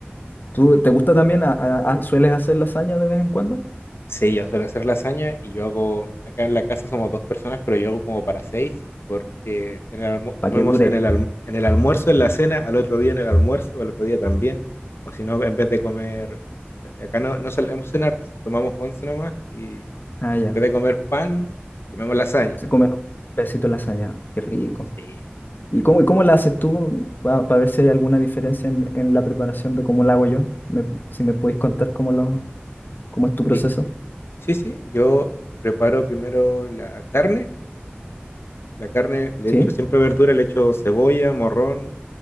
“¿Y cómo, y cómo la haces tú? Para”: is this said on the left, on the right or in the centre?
Left